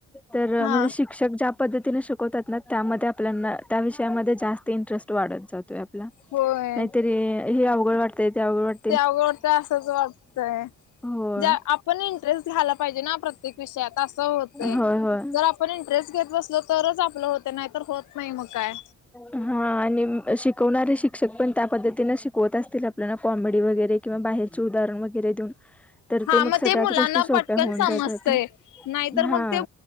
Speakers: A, in the centre; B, on the left.
A: तर
B: हा
A: म्हणजे शिक शिक्षक ज्या पद्धतीने शिकवतात ना त्यामध्ये आपल्याना त्या विषयामध्ये जास्त इंटरेस्ट वाढत जातोय.
B: होय
A: नाहीतरी हे अवघड वाटतय ते अवघड वाट
B: ते आवडतं असंच वाटतय
A: होय
B: ज आपण इंटरेस्ट घ्यायला पाहिजे ना प्र ते कशे आता असं होतय.
A: होय होय
B: जर आपण इंटरेस्ट घेत बसलो तरच आपलं होत नाहीत होत नाही मग काय.
A: हा आणि शिकवणारे शिक्षक पण त्या पद्धतीन शिकवत असतील आपल्याला कॉमेडी वगैरे. किंवा बाहेरचे उदाहरण वगैरे देऊन. तर
B: हा मग
A: सगळ्याच
B: ते मुलांना
A: गोष्टी सोप्या
B: पटकन
A: होऊन
B: समजतय
A: जातात
B: नाहीतर
A: हा
B: मग ते